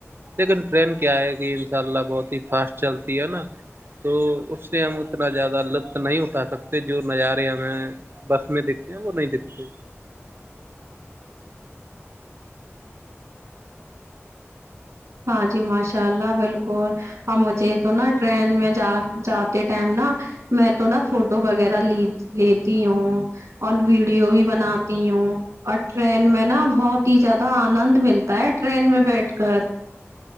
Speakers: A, on the right (about 50°); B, on the right (about 85°).
A: لیکن ٹرین کیا ہے کہ ان شاء اللہ بہت ہی فاسٹ چلتی ہے نا تو اس سے ہم اتنا زیادہ لطف نہیں اٹھا سکتے جو نظارے ہمیں بس میں دیکھتے ہیں وہ نہیں دیکھتے
B: ہاں جی ماشاء اللہ بالکل اور مجھے تو نا ٹرین میں جا جاتے ٹائم نا میں تو نا فوٹو وغیرہ لی لیتی ہوں اور ویڈیو بھی بناتی ہوں اور ٹرین میں نا بہت ہی زیادہ آنند ملتا ہے ٹرین میں بیٹھ کر